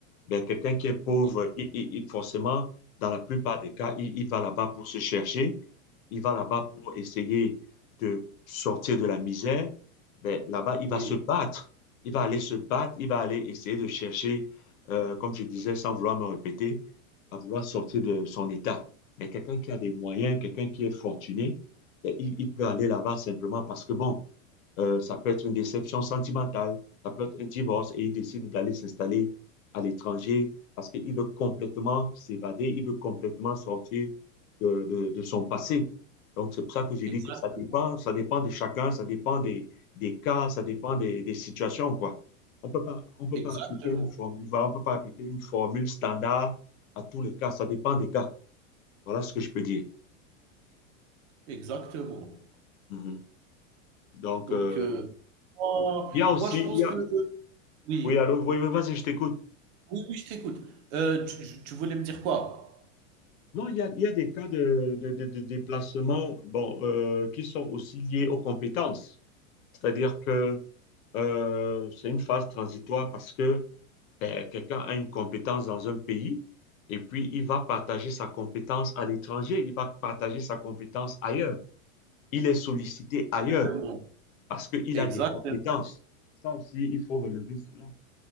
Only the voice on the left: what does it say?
ben, quelqu'un qui est pauvre,
il, il- il- forcément, dans la plupart des cas, il, il va là-bas pour se chercher, il va là-bas pour essayer de sortir de la misère. Ben, là-bas, il
va se battre, il va aller se battre, il va aller essayer de chercher, euh, comme je disais, sans vouloir me répéter, à vouloir sortir de son état. Mais quelqu'un qui a des moyens, quelqu'un qui est fortuné, ben, il, il peut aller là-bas simplement parce que, bon, euh, ça peut être une déception sentimentale, ça peut être un divorce et il décide d'aller s'installer à l'étranger parce qu'il veut complètement s'évader, il veut complètement sortir de, de- de son passé. Donc, c'est pour ça que j'ai
dit que ça dépend, ça dépend de chacun, ça dépend des, des cas, ça dépend des, des situations, quoi. On peut pas, on peut
pas appliquer une formule, voilà, on peut pas appliquer une formule standard à tous les cas, ça dépend des cas. Voilà ce que je peux dire.
Mhm. Donc,
euh,
il y a aussi,
il
y
a...
Oui, allô, oui, oui, vas-y, je t'écoute.
Non, il y a, il y a des cas de, de, de- de déplacement bon, euh, qui sont aussi liés aux compétences. C'est-à-dire que euh, c'est une phase transitoire parce que ben, quelqu'un a une compétence dans un pays et puis il va partager sa compétence à l'étranger, il va partager sa compétence ailleurs. Il est sollicité ailleurs
parce qu'il
a des compétences. Ça aussi, il faut relever cela.